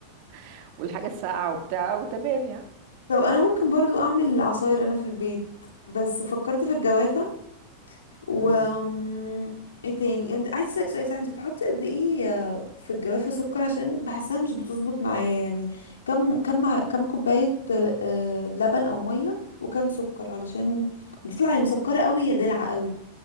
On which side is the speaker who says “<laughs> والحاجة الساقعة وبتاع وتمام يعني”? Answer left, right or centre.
Right